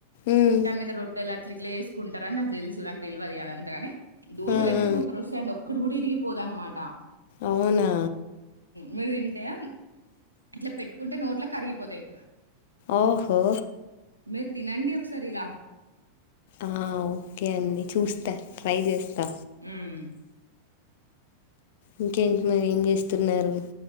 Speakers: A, on the left; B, on the right.
A: ఉమ్
B: దాని మీద రొట్టెల ఇటిట్ల ఎస్కున్ రని నాకు తెలుసు నాకు తెల్వది అదంతగాని దోషలు
A: ఆ
B: అయితే
A: ఆ
B: సూపర్ ఓస్తాయి అండ్ ఒక్కటి కూడా వీరి టి పోదనమాటా
A: అవునా
B: మీరు తింటే అట్లా పెట్టుకుంటే నోట్ల కరిగిపోతాయి
A: ఓహో
B: మీరు తినండి ఒక సరి ఇలా
A: ఆ ఓకే అండి చూస్తా ట్రై చేస్తా
B: హమ్
A: ఇంకేంటి మరి ఏం చేస్తున్నారు